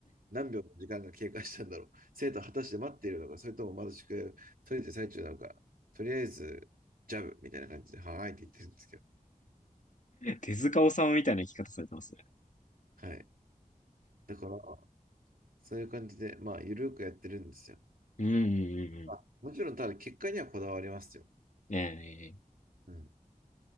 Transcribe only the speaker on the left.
手塚治虫みたいな生き方されてますね。
うんうんうんうん。
ねえ、ねえ